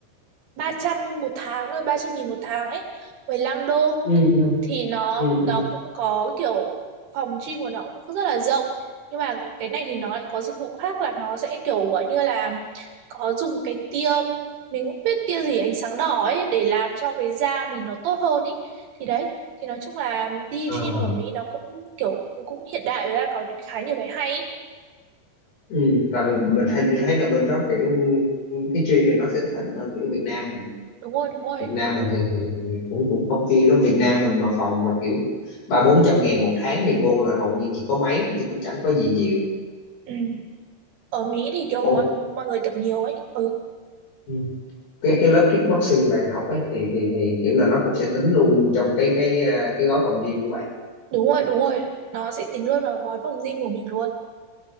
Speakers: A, on the right; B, on the left.
A: 300 một tháng thôi ba trăm nghìn một tháng ấy mười lăm đô
B: ừ ừ ừ
A: thì nó
B: ừ ừ
A: nó cũng có kiểu phòng gym của nó cũng rất là rộng nhưng mà cái này thì nó lại có dịch vụ khác là nó sẽ kiểu gọi như là có dùng cái tia mình cũng biết tia gì ánh sáng đỏ ấy để làm cho cái da mình nó tốt hơn ấy thì đấy thì nói chung là đi
B: Ờ.
A: gym ở Mỹ nó cũng kiểu cũng hiện đại với là có khá nhiều cái hay ấy.
B: ừ, tại mình mình thấy mình thấy là bên đó kiểu cái gym này nó sẽ thịnh hơn kiểu Việt Nam mình
A: đúng rồi đúng rồi
B: Việt Nam mình thì thì cũng cũng không chuyên lắm Việt Nam mình mà phòng mà kiểu ba bốn trăm ngàn một tháng thì vô là hầu như chỉ có máy chứ cũng chẳng có gì nhiều
A: ừ. ở Mỹ thì kiểu
B: Ồ,
A: mọi mọi người tập nhiều ấy ừ
B: Ừ. cái cái lớp kickboxing bạn học ấy thì thì thì kiểu là nó cũng sẽ tính luôn trong cái cái à, cái gói phòng gym của bạn
A: Đúng rồi, đúng rồi. Nó sẽ tính luôn vào gói phòng gym của mình luôn.